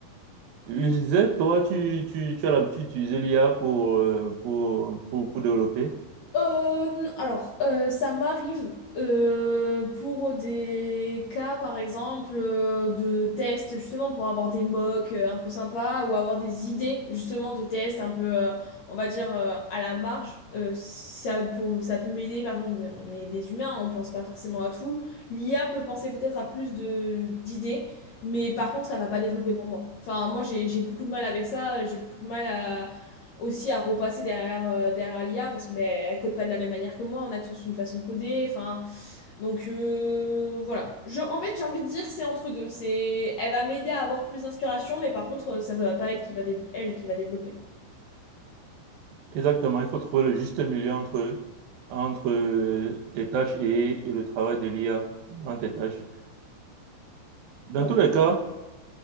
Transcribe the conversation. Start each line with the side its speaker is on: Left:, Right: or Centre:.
Right: Je disais, toi, tu, tu, tu as l'habitude d'utiliser l'IA pour, euh, pour, pour, pour développer.
Left: Euh, n- alors, euh, ça m'arrive euh, pour des cas, par exemple, euh, de tests, justement, pour avoir des mocks euh, un peu sympas ou avoir des idées, justement, de tests un peu, euh, on va dire, euh, à la marge. Euh, ça, pour, ça peut m'aider, par exemple, des- on est des humains, on pense pas forcément à tout. L'IA peut penser peut-être à plus de d'idées, mais par contre, elle va pas développer pour moi. Enfin, moi, j'ai, j'ai beaucoup de mal avec ça, j'ai beaucoup de mal à aussi à repasser derrière, euh, derrière l'IA parce que ben, elle code pas de la même manière que moi, on a tous une façon de coder, enfin donc euh, voilà. Je, en fait, j'ai envie de dire c'est entre deux, c'est elle va m'aider à avoir plus d'inspiration mais par contre ça va pas être qui va dé- elle qui va développer quoi.
Right: Exactement, il faut trouver le juste milieu entre, entre euh, tes tâches et, et le travail de l'IA dans tes tâches. Dans
Left: Ouais.
Right: tous les cas,